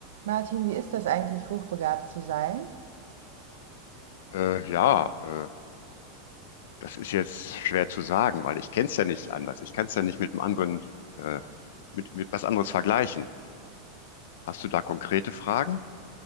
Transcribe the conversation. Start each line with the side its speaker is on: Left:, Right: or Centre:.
Right: Martin, wie ist das eigentlich, hochbegabt zu sein?
Left: Äh, ja, äh, das ist jetzt schwer zu sagen, weil ich kenne es ja nicht anders. Ich kann es ja nicht mit einem anderen, äh, mit, mit was anderes vergleichen. Hast du da konkrete Fragen?